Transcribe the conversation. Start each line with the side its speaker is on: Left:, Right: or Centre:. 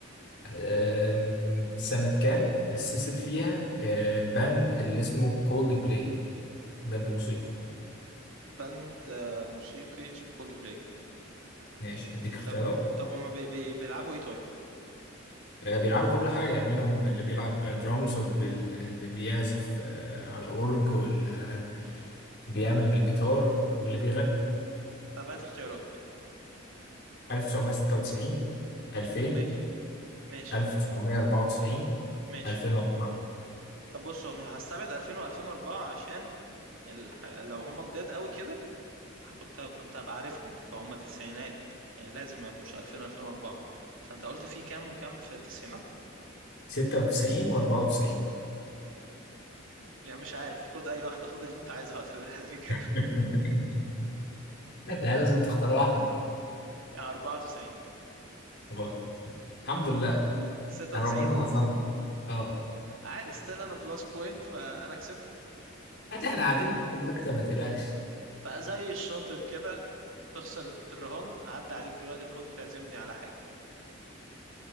Left: أم، سنة كام اتأسست فيها أه، باند اللي اسمه كولد بلاي باند موسيقى
Right: بند آه، موسيقي اسمه كولد بلاي
Left: ماشي أديك اختيارات
Right: طب طب هما بي بي بيلعبوا ايه طيب
Left: أه، بيلعبوا كل حاجة يعني منهم اللي بيلعب درامز واللي بي... اللي بيعزف أه، على أورج واللي بيعمل بالجيتار واللي بيغني
Right: طب هات اختيارات
Left: 1996 2000
Right: م- ماشي ماشي
Left: 1994
Right: ماشي
Left: 2004
Right: طب بص هو مش هستبعد 2000 و2004 عشان الح... لو هما جداد قوي كده ه- كنت كنت هبقى عارفهم فهم تسعينات يعني لازم ما يبقوش 2000 و2004 فانت قلت في كام وكام في التسعينات
Left: 96 و94
Right: يعني مش عارف خد اي واحده خد اللي انت عايزها اعتبرها الاجابه
Left: <laughs> لا لازم تختار واحدة
Right: <laughs> يعني 94
Left: غلط الحمد لله
Right: 96
Left: أنا ربنا نصرنا اه
Right: عادي ستيل انا بلس بوينت فانا كسبت
Left: عادي احنا قاعدين في المكتب ما تقلقش
Right: فزي الشاطر كده تخسر الرهان عدى عليك دلوقتي تاخدني تعزمني على حاجة